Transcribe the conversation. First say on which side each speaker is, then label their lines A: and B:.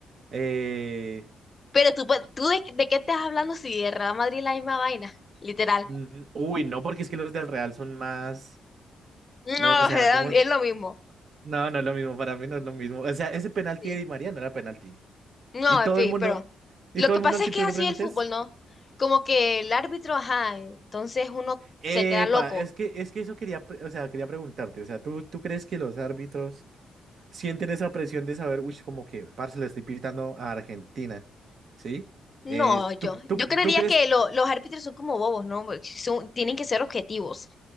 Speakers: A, on the right; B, on the left.
A: eh,
B: Pero tú, pa- ¿tú de, de qué estás hablando si de Real Madrid es la misma vaina? Literal.
A: mm, uy, no, porque es que los del Real son más,
B: No,
A: no, o sea,
B: <laughs>
A: como,
B: es lo mismo.
A: No, no es lo mismo, para mí no es lo mismo. O sea, ese penalti
B: Sí.
A: de Di María no era penalti.
B: No,
A: Y todo
B: en fin,
A: el mundo,
B: pero
A: y
B: lo
A: todo
B: que
A: el
B: pasa
A: mundo al que
B: es que
A: tú
B: es
A: le
B: así
A: preguntes,
B: el fútbol, ¿no? Como que el árbitro, ajá, entonces uno
A: epa,
B: se queda loco.
A: es que, es que eso quería, pre- o sea, quería preguntarte, o sea, ¿tú, tú crees que los árbitros sienten esa presión de saber, uy, como que, parce, le estoy pitando a Argentina, ¿sí?
B: No,
A: Eh,
B: yo,
A: ¿tú, tú,
B: yo creería
A: tú crees?
B: que lo- los árbitros son como bobos, ¿no? Porque son- tienen que ser objetivos.